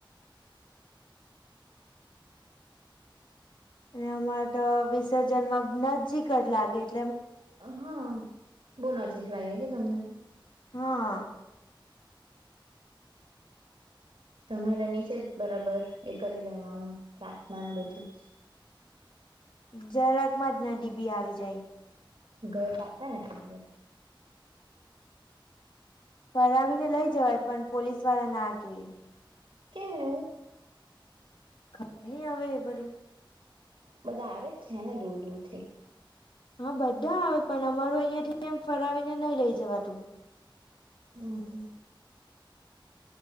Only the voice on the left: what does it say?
અને અમારે તો વિસર્જનમાં નજીક જ લાગે એટ.
હા.
જરાક માં જ ના દડી બી આવી જાય
ફરાવીને લઈ જવાય પણ પોલીસ વાળા ના કે
ખબર નહી આવે એ બધું
હા બધા આવે પણ અમારું અહિયાયા થી એમ ફરાવીને નહી લઈ જવા તું